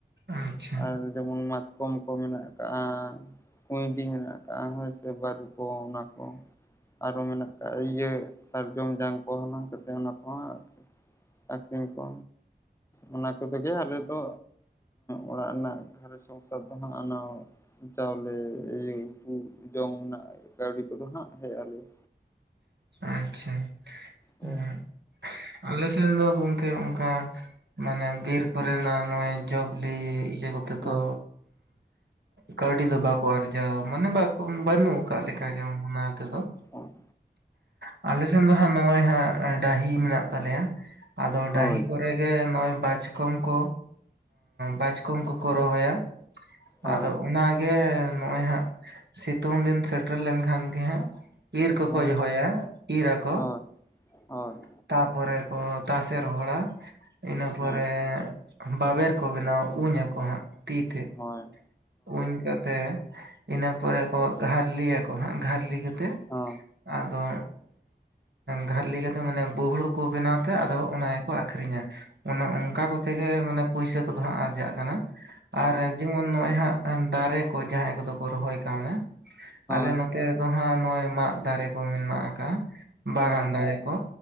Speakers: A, on the right; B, on the left.
A: ᱟᱪᱪᱷᱟ
B: ᱟᱨ ᱡᱮᱢᱚᱱ ᱢᱟᱛᱠᱚᱢ ᱠᱚ ᱢᱮᱱᱟᱜ ᱟᱠᱟᱜ-ᱟ᱾ ᱠᱩᱸᱭᱰᱤ ᱢᱮᱱᱟᱜ ᱟᱠᱟᱜ-ᱟ ᱦᱮᱸ ᱥᱮ, ᱵᱟᱨᱩ ᱠᱚ, ᱚᱱᱟ ᱠᱚ᱾ ᱟᱨᱚ ᱢᱮᱱᱟᱜ ᱠᱟᱜ-ᱟ ᱤᱭᱟᱹ ᱥᱟᱨᱡᱚᱢ ᱡᱟᱝ ᱠᱚ ᱦᱟᱞᱟᱝ ᱠᱟᱛᱮ ᱚᱱᱟ ᱠᱚᱦᱚᱸ ᱟᱠᱠᱷᱨᱤᱧ ᱠᱚ᱾ ᱚᱱᱟ ᱠᱚ ᱛᱮᱜᱮ ᱟᱞᱮ ᱫᱚ ᱚᱲᱟᱜ ᱨᱮᱱᱟᱜ ᱜᱷᱟᱨᱚᱸᱡᱽ ᱥᱚᱝᱥᱟᱨ ᱫᱚ ᱦᱟᱸᱜ ᱚᱱᱟ ᱪᱟᱣᱞᱮ, ᱤᱭᱟᱹ ᱩᱛᱩ ᱡᱚᱢ ᱨᱮᱱᱟᱜ ᱠᱟᱹᱣᱰᱤ ᱠᱚᱫᱚ ᱦᱟᱸᱜ ᱦᱮᱡ ᱟᱞᱮᱭᱟ᱾
A: ᱟᱪᱪᱷᱟ᱾
B: ᱚ᱾
A: ᱦᱮᱸ ᱟᱞᱮ ᱥᱮᱱ ᱫᱚ ᱜᱚᱢᱠᱮ ᱱᱚᱜᱼ ᱚᱱᱠᱟ ᱾ ᱢᱟᱱᱮ ᱵᱤᱨ ᱠᱚᱨᱮ ᱫᱚ ᱱᱚᱜᱼᱚᱭ ᱡᱚ ᱵᱤᱞᱤ ᱤᱭᱟᱹᱠᱚᱛᱮ ᱛᱚᱼᱼᱼ
B: ᱦᱮᱸ
A: ᱠᱟᱹᱣᱰᱤ ᱫᱚ ᱵᱟᱠᱚ ᱟᱨᱡᱟᱣ-ᱟ ᱢᱟᱱᱮ ᱵᱟᱠᱚ ᱵᱟᱹᱱᱩ ᱠᱟ ᱞᱮᱠᱟᱜᱮ ᱚᱱᱟ ᱛᱮᱫᱚ ᱾
B: ᱚ <unintelligible>
A: ᱟᱞᱮ ᱥᱮᱱ ᱫᱚ ᱦᱟᱸᱜ ᱱᱚᱜᱼᱚᱭ ᱦᱟᱸᱜ ᱰᱟᱹᱦᱤ ᱢᱮᱱᱟᱜ ᱛᱟᱞᱮᱭᱟ, ᱟᱫᱚ
B: ᱦᱳᱭ
A: ᱰᱟᱹᱦᱤ ᱠᱚᱨᱮᱼᱼ ᱜᱮ ᱱᱚᱜᱼᱚᱭ ᱵᱟᱪᱠᱚᱢ ᱠᱚ, ᱵᱟᱪᱠᱚᱢ ᱠᱚᱠᱚ ᱨᱚᱦᱚᱭᱟ ᱾
B: ᱦᱳᱭ
A: ᱟᱫᱚ ᱚᱱᱟᱼᱼ ᱜᱮ ᱱᱚᱜᱼᱚᱭ ᱦᱟᱸᱜ ᱥᱤᱛᱩᱝ ᱫᱤᱱ ᱥᱮᱴᱮᱨ ᱞᱮᱱᱠᱷᱟᱱ ᱜᱮ ᱦᱟᱸᱜ ᱤᱨᱼᱼ ᱠᱚ
B: ᱦᱳᱭ
A: ᱫᱚᱦᱚᱭᱟ ᱤᱨ ᱟᱠᱚ
B: ᱦᱳᱭ
A: ᱾
B: ᱦᱳᱭ
A: ᱛᱟᱯᱚᱨᱮ ᱠᱚ ᱛᱟᱥᱮ ᱨᱚᱦᱚᱲᱟ ᱤᱱᱟᱹ ᱯᱚᱨᱮᱼᱼ
B: ᱦᱮᱸ
A: ᱵᱟᱵᱮᱨ ᱠᱚ ᱵᱮᱱᱟᱣᱼᱟ ᱩᱧ ᱟᱠᱚ ᱦᱟᱸᱜ ᱛᱤ ᱛᱮ ᱾
B: ᱦᱚᱭ
A: ᱩᱧ ᱠᱟᱛᱮᱜ, ᱤᱱᱟᱹ ᱯᱚᱨᱮ ᱠᱚ ᱜᱷᱟᱨᱞᱤᱭᱟᱠᱚ ᱦᱟᱸᱜ ᱜᱷᱟᱨᱞᱤ ᱠᱟᱛᱮᱜᱼᱼ
B: ᱦᱚ
A: ᱟᱫᱚᱼᱼ ᱜᱷᱟᱨᱞᱤ ᱠᱟᱛᱮ ᱢᱟᱱᱮ ᱵᱩᱦᱩᱲᱩ ᱠᱚ ᱵᱮᱱᱟᱣ ᱛᱮ ᱟᱫᱚ ᱚᱱᱟ ᱜᱮᱠᱚ ᱟᱠᱷᱨᱤᱧᱟ ᱾ ᱚᱱᱮ ᱚᱱᱠᱟ ᱠᱚᱛᱮ ᱜᱮ ᱢᱟᱱᱮ ᱯᱩᱭᱥᱟᱹ ᱠᱚᱫᱚ ᱦᱟᱸᱜ ᱟᱨᱡᱟᱜ ᱠᱟᱱᱟ,
B: ᱦᱳᱭ
A: ᱟᱨ ᱡᱮᱢᱚᱱ ᱱᱚᱜᱼᱚᱭ ᱦᱟᱸᱜᱼᱼ ᱫᱟᱨᱮ ᱠᱚ ᱡᱟᱦᱟᱸᱭ ᱠᱚᱫᱚ ᱠᱚ ᱨᱚᱦᱚᱭ ᱠᱟᱣᱱᱟ, ᱟᱞᱮ
B: ᱦᱳᱭ
A: ᱱᱚᱛᱮᱼᱼ ᱦᱟᱸ ᱱᱚᱜᱼᱚᱭ ᱢᱟᱫ ᱫᱟᱨᱮ ᱠᱚ ᱢᱮᱱᱟᱜ ᱟᱠᱟᱫᱼᱟ, ᱵᱟᱜᱟᱱ
B: ᱦᱳᱭ
A: ᱫᱟᱨᱮ ᱠᱚ,